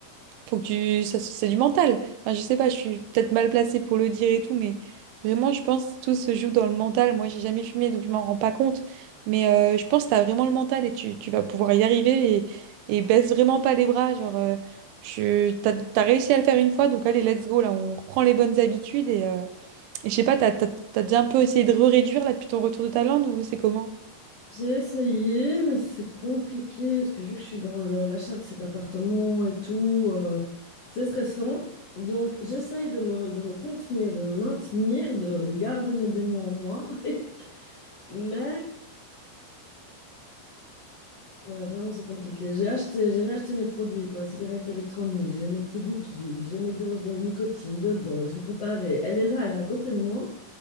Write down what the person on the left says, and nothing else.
J'ai essayé, mais c'est compliqué parce que vu que je suis dans le- l'achat de cet appartement et tout, euh, c'est stressant. Donc j'essaye de me, de me contenir, de me maintenir, de, de garder mes démons en moi. <laughs> Mais ouais, vraiment c'est compliqué. J'ai acheté, j'ai réacheté mes produits pour la cigarette électronique. J'ai mes petits liquides, j'ai mes doses de nicotine dedans. Ils sont préparés. Elle est là, elle est à côté de moi.